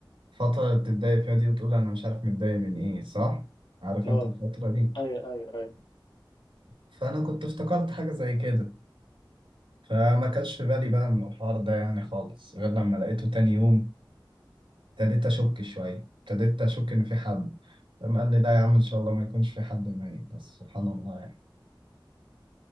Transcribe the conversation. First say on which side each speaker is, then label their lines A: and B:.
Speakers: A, on the right (about 85°); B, on the left (about 75°).
A: الفتره اللي بتتضايق فيها دي وتقول انا مش عارف متضايق من ايه صح عارف
B: اه
A: انت الفتره دي
B: ايوه ايوه ايوه
A: فانا كنت افتكرت حاجه زي كده فما كانش في بالي بقى من الحوار ده يعني خالص غير لما لقيته تاني يوم ابتديت اشك شويه ابتديت اشك ان في حد فقام قال لي لا يا عم ان شاء الله ما يكونش في حد ميت بس سبحان الله يعني